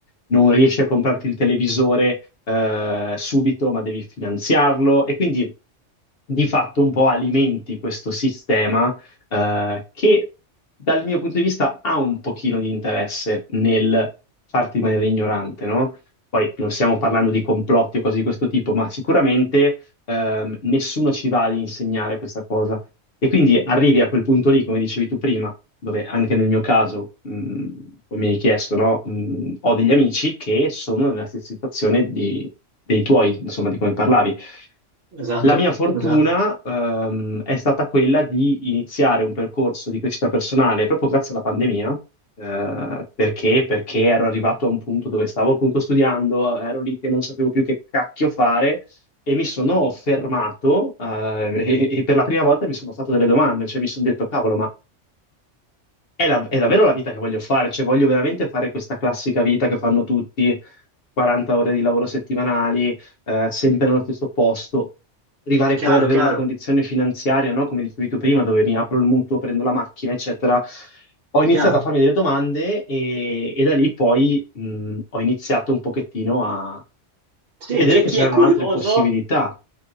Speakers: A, on the left; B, on the right.
A: non riesci a comprarti il televisore eh, subito, ma devi finanziarlo e quindi di fatto un po' alimenti questo sistema eh, che dal mio punto di vista ha un pochino di interesse nel farti rimanere ignorante, no? Poi non stiamo parlando di complotti o cose di questo tipo, ma sicuramente ehm, nessuno ci va ad insegnare questa cosa. E quindi arrivi a quel punto lì, come dicevi tu prima, dove anche nel mio caso, mh, come mi hai chiesto, no? Mh, ho degli amici che sono nella stessa situazione di- dei tuoi, insomma, di come parlavi
B: Esatto,
A: la mia fortuna,
B: esatto.
A: ehm, è stata quella di iniziare un percorso di crescita personale proprio grazie alla pandemia, eh, perché? Perché ero arrivato a un punto dove stavo appunto studiando, ero lì che non sapevo più che cacchio fare e mi sono fermato, eh, <laughs> e, e per la prima volta mi sono fatto delle domande, cioè mi sono detto, cavolo, ma è, la- è davvero la vita che voglio fare, cioè voglio veramente fare questa classica vita che fanno tutti, 40 ore di lavoro settimanali, eh, sempre nello stesso posto, arrivare
B: Chiaro,
A: poi ad avere
B: chiaro,
A: una condizione finanziaria, no? Come dicevi tu prima, dove mi apro il mutuo, prendo la macchina, eccetera. Ho iniziato
B: chiaro.
A: a farmi delle domande e, e da lì poi mh, ho iniziato un pochettino a
B: Sì,
A: a vedere
B: chi,
A: che
B: chi
A: c'erano
B: è curioso
A: altre possibilità.